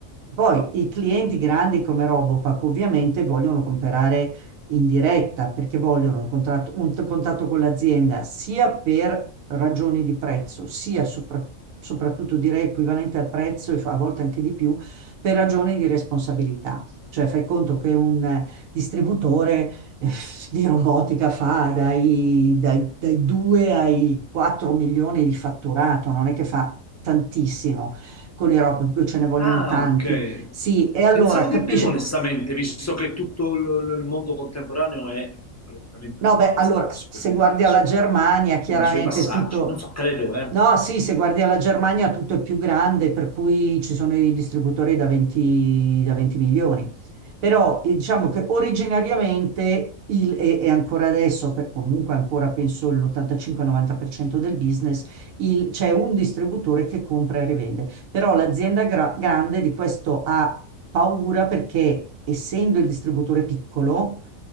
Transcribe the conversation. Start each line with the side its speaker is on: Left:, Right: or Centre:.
Right: Poi i clienti grandi come Robopack ovviamente vogliono comprare in diretta perché vogliono un contratto, un t- contatto con l'azienda sia per ragioni di prezzo, sia sopra- soprattutto direi equivalente al prezzo e fa- a volte anche di più, per ragioni di responsabilità. Cioè fai conto che un eh, distributore eh, di robotica fa dai, dai, dai 2 ai 4 milioni di fatturato, non è che fa tantissimo con i robot, poi ce ne vogliono
Left: Ah,
Right: tanti.
Left: ok.
Right: Sì, e allora
Left: Pensavo
Right: capisci,
Left: di più, onestamente, visto che tutto l- il mondo contemporaneo è praticamente
Right: No,
Left: robotizzato,
Right: beh, allora, s-
Left: si può
Right: se
Left: dire,
Right: guardi
Left: nella
Right: alla
Left: sua-
Right: Germania, chiaramente
Left: nei suoi passaggi.
Right: tutto...
Left: Non so, credo, eh.
Right: No, sì, se guardi alla Germania tutto è più grande, per cui ci sono i distributori da 20, da 20 milioni. Però eh, diciamo che originariamente, il- e, e ancora adesso, per, comunque ancora penso l'85-90% del business, il- c'è un distributore che compra e rivende. Però l'azienda gra- grande di questo ha paura perché, essendo il distributore piccolo,